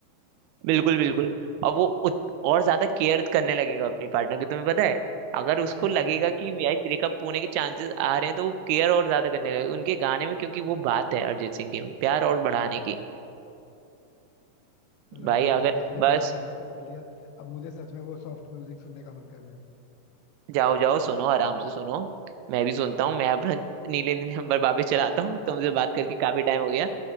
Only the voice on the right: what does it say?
बिल्कुल बिल्कुल और वो उत, और ज्यादा केयर करने लगेगा अपनी पार्टनर की तुम्हें पता है अगर
उसको
लगेगा कि मेरा ब्रेकअप होने के चांसेस आ रहे हैं तो वो केयर और ज्यादा करने लगेगा उनके गाने में क्योंकि वो बात है अरिजीत सिंह की प्यार और
बढ़ाने
की
भाई
अगर
बस
जाओ जाओ सुनो आराम से सुनो मैं भी सुनता हूँ मैं अपना नीले नीले नंबर वापस चलाता हूँ
तुमसे बात करके काफी टाइम हो गया